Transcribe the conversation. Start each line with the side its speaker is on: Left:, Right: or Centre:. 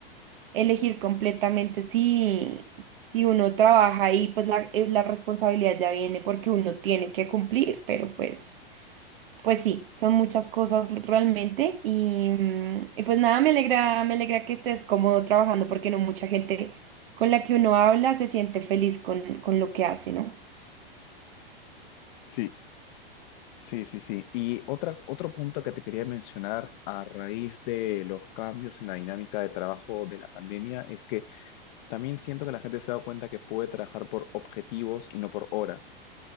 Right: elegir completamente si, si uno trabaja ahí, pues la, eh, la responsabilidad ya viene porque uno tiene que cumplir, pero pues, pues sí, son muchas cosas realmente y, mm, y pues nada, me alegra, me alegra que estés cómodo trabajando porque no mucha gente con la que uno habla se siente feliz con, con lo que hace, ¿no?
Left: Sí, Sí, sí, sí. Y otra, otro punto que te quería mencionar a raíz de los cambios en la dinámica de trabajo de la pandemia es que también siento que la gente se ha dado cuenta que puede trabajar por objetivos y no por horas.